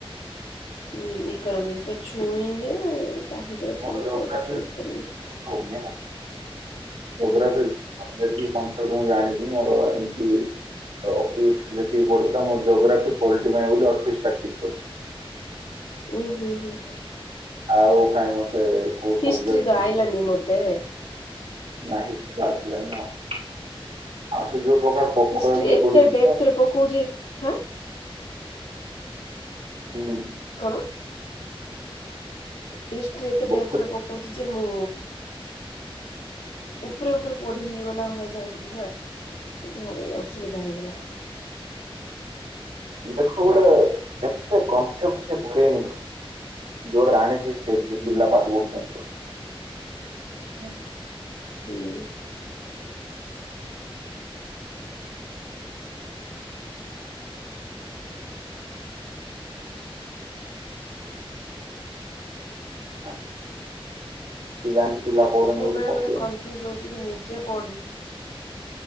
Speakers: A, on the left; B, on the right.
A: ହୁଁ ଇକୋନମିକ୍ସ ତ ଛୁଇଁନି <unintelligible> <unintelligible>
B: ମୋର ଜୋଗ୍ରାଫି
A: କରୁଚି ଇକୋନୋମିକ।
B: ହଉନି ହେଲା ଯୋଗ୍ରଫି
A: ହୁଁ
B: ମ ଯେତିକି କନସେପ୍ ମୁଁ ଜାଣିଛି ମୋର ଏମିତି ତ ଯେତିକି ପଢଥିଲା ମୋ ଜୋଗ୍ରାଫି ପଲି ବୋଲି ଅଠେଇଶଟା ଠିକ୍ କରିଛି।
A: ଉଁ ହୁଁ ହୁଁ।
B: ଆଉ କାଇଁ ମତେ କୋଉ
A: ହିଷ୍ଟ୍ରି
B: ସବଜେକ୍ଟ
A: ତ ଆଇଲାନି ମତେ
B: ନାହିଁ ସେ ତ ଆସିଲାନି ଆଉ, ଆଉ ସେ ଯୋଉ ପ୍ରକାର
A: ହିଷ୍ଟ୍ରି ଏତେ
B: <unintelligible>
A: ଡେପ୍ଥ ରେ ପକଉଛି। ହାଁ
B: ହୁଁ
A: କଣ? ହିଷ୍ଟି ଏତେ
B: ବହୁତ
A: ଡେପରେ ପକଉଛି ଯେ ମୁଁ ଉପରେ ଉପରେ ପଢି ହେ ଗଲା ଭଳିଆ ଯାଇଥିଲି ନା ଭାରି ଅସୁବିଧା ହେଇଗଲା।
B: ଦେଖ ଗୋଟେ କେତେ କନସେପ୍ଟ ସେ ପକେଇନି। ଯୋଉ ଯାଣିଛି ସେ ଯେ
A: ହୁଁ
B: ପିଲା ପାଠ ପଢୁଛନ୍ତି ବୋଲି। ହୁଁ,
A: ହୁଁ।
B: ହଆ ସେ ଜାଣିଚି ପିଲା <unintelligible>
A: ମୁଁ ବେଳେବେଳେ
B: ପକେଇନି
A: କନଫ୍ୟୁଜ୍ ହଉଛି କି ନିଜେ ପଢ଼ି